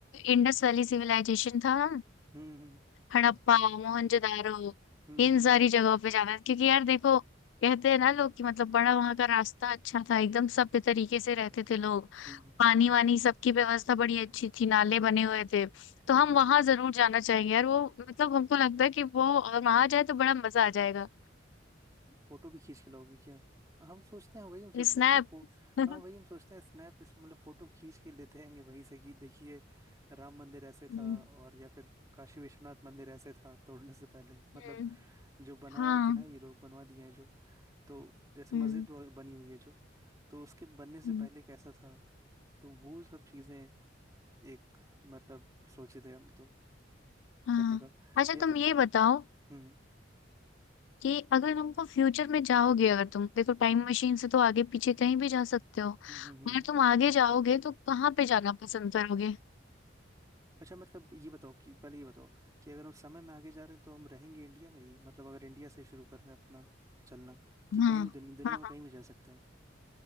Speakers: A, on the left; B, on the right.
A: इंडस वैली सिविलाइजेशन था हम
B: हम्म हम्म
A: हड़प्पा मोहनजोदारो
B: हम्म हम्म
A: इन सारी
B: हम्म
A: जगहों पे जाना है क्योंकि यार देखो कहते हैं ना लोग कि मतलब बड़ा वहां का रास्ता अच्छा था एकदम सभ्य तरीके से रहते थे लोग
B: हम्म हम्म,
A: पानी वानी सबकी व्यवस्था बड़ी अच्छी थी नाले बने हुए थे तो
B: हम्म,
A: हम वहां जरूर जाना चाहेंगे यार वो मतलब हमको लगता है कि वो अगर वहां जाए तो बड़ा मजा आ जाएगा
B: फोटो भी खींच के लाओगी क्या हम सोचते हैं वही हम सोचते
A: स्नैप
B: हैं पता है फो
A: <laughs>
B: हाँ वही हम सोचते हैं स्नैप इस- मतलब फोटो खींच के लेते हैं वहीं से कि देखिए राम मंदिर ऐसे
A: हम्म
B: था और या फिर काशी विश्वनाथ मंदिर ऐसे था तोड़ने से पहले मतलब
A: हम्म,
B: जो बनाए
A: हाँ
B: थे ना ये लोग बनवा दिए हैं जो तो जैसे
A: हम्म
B: मस्जिद व- बनी हुई है जो तो उसके बनने से
A: हम्म,
B: पहले कैसा था तो वो सब चीजें एक मतलब सोचे थे हम तो
A: हाँ
B: करने का
A: अच्छा
B: या
A: तुम
B: फिर
A: ये बताओ
B: हम्म
A: कि अगर तुमको फ्यूचर में जाओगे अगर तुम देखो टाइम
B: हम्म
A: मशीन से तो आगे पीछे कहीं भी जा सकते हो
B: हम्म हम्म, हम्म,
A: अगर
B: हम्म।
A: तुम आगे जाओगे तो कहाँ पे जाना पसंद करोगे
B: अच्छा मतलब ये बताओ कि पहले ये बताओ कि अगर हम समय में आगे जा रहे हैं तो हम रहेंगे इंडिया में ही मतलब अगर इंडिया से शुरू कर रहे हैं अपना चलना कि
A: हाँ
B: कहीं भी दुनिया दुनिया
A: हाँ
B: में
A: हाँ,
B: कहीं भी जा सकते हैं